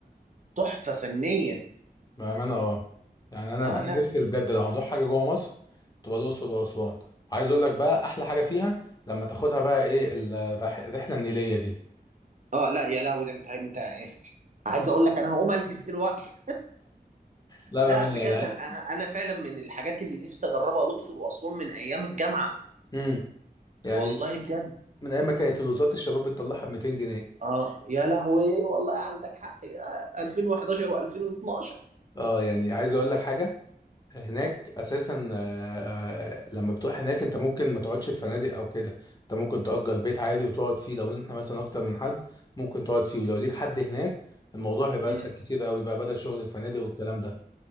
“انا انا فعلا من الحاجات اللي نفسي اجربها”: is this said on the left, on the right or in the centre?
Right